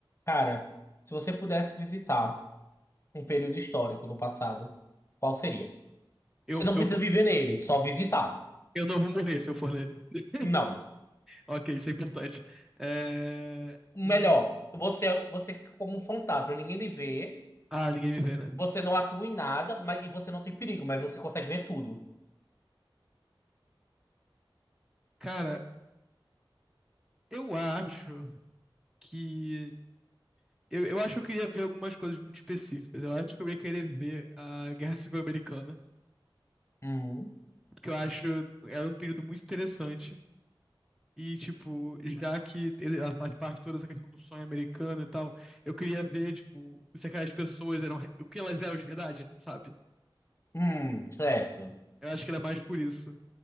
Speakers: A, on the left; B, in the centre.
A: Cara, se você pudesse visitar um período histórico no passado, qual seria?
B: Eu,
A: Você não
B: eu,
A: precisa viver nele, só visitar.
B: eu não vou morrer se eu for nele. <laughs>
A: Não.
B: Ok, isso é importante. É...
A: Melhor,
B: hum,
A: você você fica como um fantasma, ninguém lhe vê,
B: Ah, ninguém me vê, né?
A: você não atua em nada, mas e você não tem perigo, mas você consegue ver tudo.
B: Cara, eu acho que. Eu, eu acho que eu queria ver algumas coisas muito específicas. Eu acho que eu ia querer ver a Guerra Civil Americana,
A: Hum,
B: porque eu acho era um período muito interessante. E, tipo, já que ele- ela faz parte de toda essa questão do sonho americano e tal, eu queria ver, tipo, se aquelas pessoas eram. O que elas eram de verdade, sabe?
A: hum, certo.
B: Eu acho que era mais por isso.